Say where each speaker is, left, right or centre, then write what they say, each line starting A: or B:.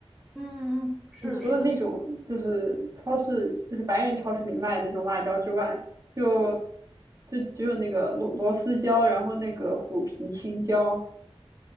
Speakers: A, in the centre; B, on the right.
A: 嗯嗯，是的，
B: 就除了那种就是超市，
A: 是的，
B: 就是白人超市里卖那种辣椒之外，就就只有那个螺螺丝椒，然后那个虎皮青椒，